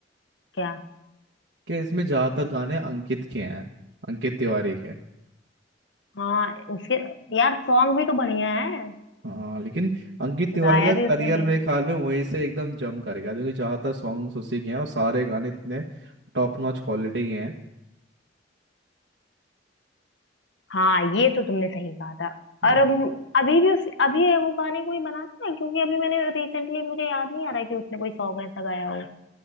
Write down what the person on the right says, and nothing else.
कि इसमें ज्यादातर गाने अंकित के हैं अंकित तिवारी के
हाँ लेकिन अंकित तिवारी
का
करियर
मेरे ख्याल में वहीं से एकदम जम कर गया क्योंकि ज्यादातर सॉन्ग्स उसी के हैं और सारे गाने इतने टॉप नॉच क्वालिटी के हैं
है ना